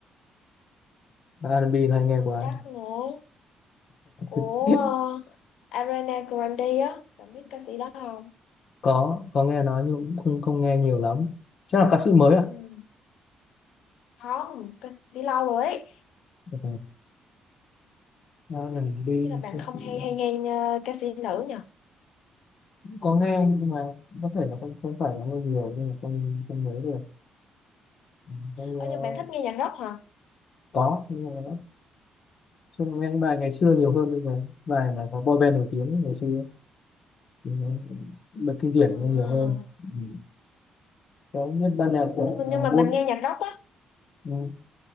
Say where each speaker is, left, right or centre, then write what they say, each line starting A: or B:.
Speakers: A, on the left; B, on the left.
A: R&B hay nghe
B: không
A: quá
B: chắc nữa của
A: <laughs>
B: ờ, Ariana Grande á bạn biết ca sĩ đó không
A: có có nghe nói nhưng cũng không không nghe nhiều lắm chắc là ca sĩ mới à
B: ừ. không ca sĩ lâu rồi ấy
A: ừ. R&B
B: chứ là bạn
A: sẽ-
B: không
A: cũng
B: hay hay nghe ờ, ca sĩ nữ nhỉ
A: có nghe nhưng mà có thể là không không phải là nghe nhiều nên là không không nhớ được Ừ, không,
B: ở
A: ờ,
B: nhưng bạn thích nghe nhạc rock hả
A: có nhưng mà nó chứ nghe những bài ngày xưa nhiều hơn bây giờ bài mà có boy band nổi tiếng ngày xưa thì nó bật kinh điển
B: à.
A: nó nhiều hơn ừ. có nhất ban nhạc của
B: nhưng
A: à,
B: mà
A: Bôn
B: mình nghe nhạc rock á
A: ừ.